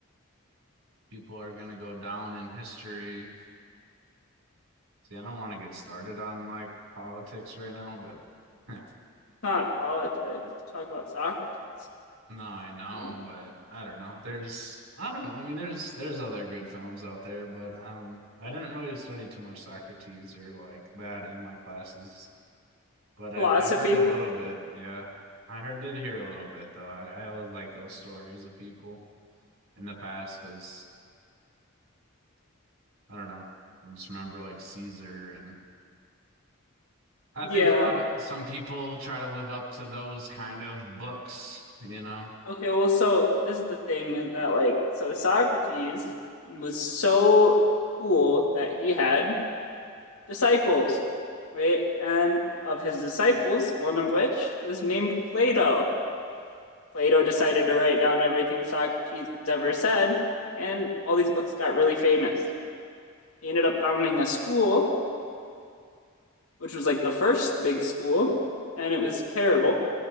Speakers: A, on the right; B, on the left.
A: people are gonna go down in history. See, I don't want to get started on like politics right now, but <laughs>
B: not politics to talk about Socrates.
A: no, I know,
B: Uh,
A: but I don't know. There's, I don't know. I mean, there's there's other good films out there, but um, I didn't really study too much Socrates or like that in my classes, but I
B: philosophy,
A: I heard a little bit. Yeah, I heard did hear a little bit though. I I always like those stories of people in the past because I don't know. I just remember like Caesar and I
B: yeah.
A: think a lot of some people try to live up to those kind of books, you know.
B: Okay, well, so this is the thing is that like so Socrates was so cool that he had disciples, right? And of his disciples, one of which was named Plato. Plato decided to write down everything Socrates ever said, and all these books got really famous. He ended up founding a school, which was like the first big school, and it was terrible.